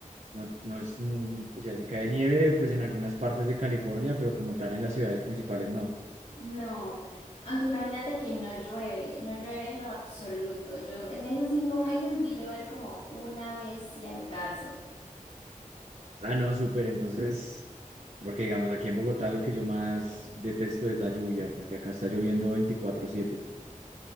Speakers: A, on the right (about 55°); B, on the left (about 50°).
A: No, no es, muy- o sea, si cae nieve, pues en algunas partes de California, pero como tal en las ciudades principales no.
B: no. Aunque imagínate que no llueve, no llueve en lo absoluto. Yo en esos cinco meses vi llover como una vez si al caso.
A: Ah, no, súper, entonces, porque digamos, aquí en Bogotá lo que yo más detesto es la lluvia, porque acá está lloviendo veinticuatro siete